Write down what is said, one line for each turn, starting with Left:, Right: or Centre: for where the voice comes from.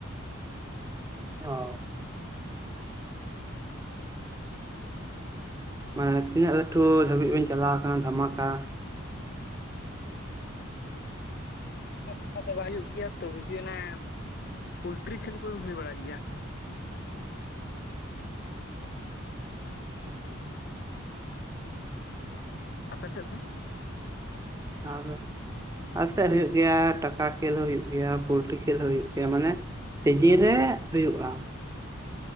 Right: ᱚᱸ ᱢᱟᱱᱮ ᱛᱤᱱᱟᱹᱜ ᱞᱟᱹᱴᱩ ᱫᱷᱟᱹᱵᱤᱜ ᱵᱮᱱ ᱪᱟᱞᱟᱣ ᱟᱠᱟᱱᱟ ᱫᱷᱟᱢᱟᱠᱟ,
Left: ᱟᱞᱮ ᱥᱮᱜ ᱫᱚ ᱚᱱᱠᱟ ᱫᱚ ᱵᱟᱭ ᱦᱩᱭᱩᱜ ᱜᱮᱭᱟ ᱛᱚ ᱵᱮᱥᱤ ᱚᱱᱮ ᱯᱚᱞᱴᱨᱤ ᱠᱷᱮᱞ ᱠᱚᱜᱮ ᱦᱩᱭ ᱵᱟᱲᱟᱜ ᱜᱮᱭᱟ᱾ ᱟᱯᱮ ᱥᱮᱫ ᱫᱚ?
Right: ᱟᱫᱚ, ᱟᱤᱛᱮᱫ ᱦᱩᱭᱩᱜ ᱜᱮᱭᱟ ᱴᱟᱠᱟ ᱠᱷᱮᱞ ᱦᱚᱸ ᱦᱩᱭᱩᱜ ᱜᱮᱭᱟ ᱯᱳᱞᱴᱤ ᱠᱷᱮᱞ ᱦᱚᱸ ᱦᱩᱭᱩᱜ ᱜᱮᱭᱟ ᱢᱟᱱᱮ, ᱥᱤᱡᱤᱱ ᱨᱮ ᱦᱩᱭᱩᱜᱼᱟ᱾